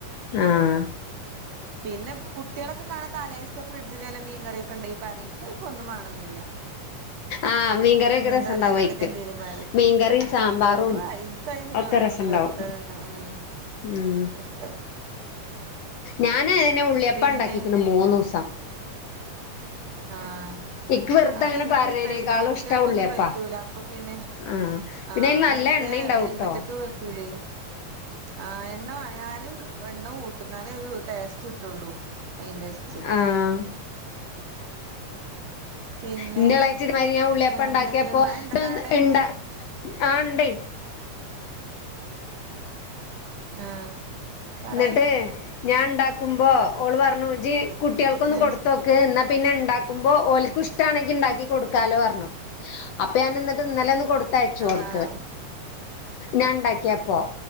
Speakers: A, on the left; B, on the right.
A: ആഹ്
B: പിന്നെ കുട്ട്യാളൊക്കെ കാണാ തലേസ്ത്തെ ഫ്രഡ്ജില് വല്ല മീൻ കറിയൊക്കെണ്ടെങ്കി പറിം. അയ്ക്കൊന്നും വാണംന്നില്ല
A: ആഹ് മീൻകറിയൊക്കെ
B: മീംകറി
A: രസണ്ടാവും
B: അങ്ങൻത്തൊക്കെ
A: അയിക്ക്
B: എന്തെലും പാരും.
A: മീൻകറിം സാമ്പാറും
B: ഓല് വ ഇൻക്കഹ് ഹെ
A: ഒക്കെ രസണ്ടാവും
B: വെറ്തെ തിന്നാ ഉം.
A: ഉം
B: ഇഷ്ടം
A: ഞാന് നെ ഉള്ളിയപ്പണ്ടാക്കിക്ക്ണ്
B: പിന്നെ
A: മൂന്നൊസം.
B: ആഹ്
A: ഇക്ക് വെറുതെ
B: അത്
A: അങ്ങനെ
B: ഇൻക്ക്
A: പാരണേനേക്കാളും
B: ഇഷ്ടടി പ്പ കുട്ട്യാക്കൊന്നും
A: ഇഷ്ടം ഉള്ളിയപ്പാ
B: പറ്റൂല അപ്പൊ പിന്നെ.
A: ആഹ് പിന്നെ
B: ആഹ്
A: അയിന് നല്ല
B: വെറുതെ
A: എണ്ണ ഉണ്ടാവുട്ടോ
B: അയ്‌ന് നിമ്പറ്റക്ക് പറ്റൂലേയ്. ആഹ് എണ്ണവ ഞാനും എണ്ണ കൂട്ടും ന്നാലേരു ടേസ്റ്റ്ട്ടോള്ളൂ. അയ്ൻ്റെര്ത്ത്.
A: ആഹ്
B: പിന്നെ
A: ഇന്റെ എളച്ചിത് മാരി ഞാൻ ഉള്ളിയപ്പംണ്ടാക്കിയപ്പോഇതോന്ന്
B: വേറെന്തൊക്കെ മഴ ഉണ്ടെന്നാ അവിടെ
A: ഇണ്ട ആഹ് ഇണ്ടേയ്.
B: ആഹ്. പറേ
A: ന്ന്ട്ട് ഞാണ്ടാക്കുമ്പോ ഓള് പർഞ്ഞുജ്ജ്‌ കുട്ടിയാൾക്കൊന്ന്
B: ആഹ്
A: കൊട്ത്തൊ. ക്ക് ഇന്നാ പിന്നെണ്ടാക്കുമ്പോ ഓൽക്കുഷ്ട്ടാണെങ്കി ഇണ്ടാക്കി കൊട്ക്കാലോ പർഞ്ഞു. അപ്പൊ ഞാനിന്ന്ട്ട് ഇന്നലൊന്ന് കൊട്ത്. തെയച്ച്കൊടുക്ക്
B: ആഹ്
A: ഞാണ്ടക്കിയപ്പോ